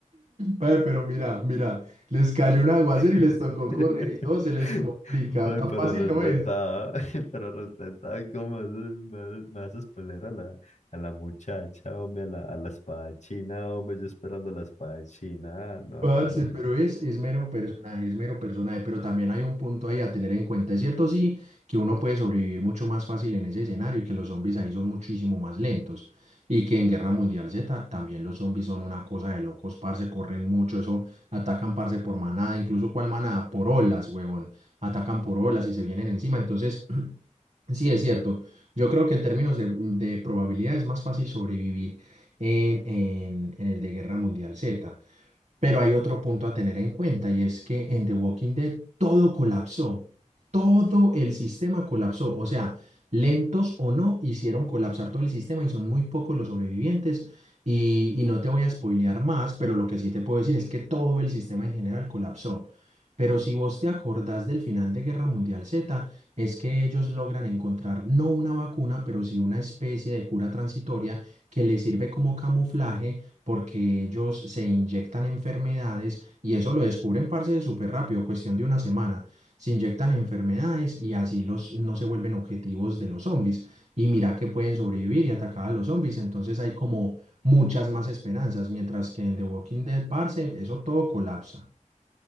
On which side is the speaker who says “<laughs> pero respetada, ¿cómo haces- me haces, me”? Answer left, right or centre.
Left